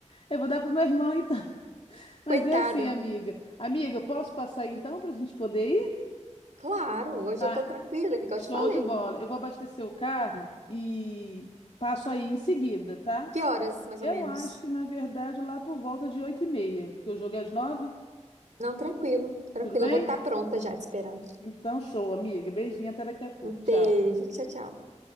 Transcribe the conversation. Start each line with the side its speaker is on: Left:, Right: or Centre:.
Left: Eu vou dar pro meu irmão então. <laughs> Mas
Right: Coitado.
Left: é assim, amiga. Amiga, eu posso passar aí então pra gente poder ir?
Right: Claro, hoje
Left: Tá,
Right: eu tô tranquila, igual
Left: show
Right: eu te falei.
Left: de bola. Eu vou abastecer o carro e passo aí em seguida, tá?
Right: Que horas, mais
Left: Eu
Right: ou menos?
Left: acho que, na verdade, lá por volta de oito e meia, porque o jogo é às nove,
Right: Não, tranquilo, tranquilo.
Left: tudo bem?
Right: Eu vou estar pronta já te esperando.
Left: Então, show, amiga. Beijinho, até daqui a pouco.
Right: Um
Left: Tchau.
Right: beijo, tchau, tchau.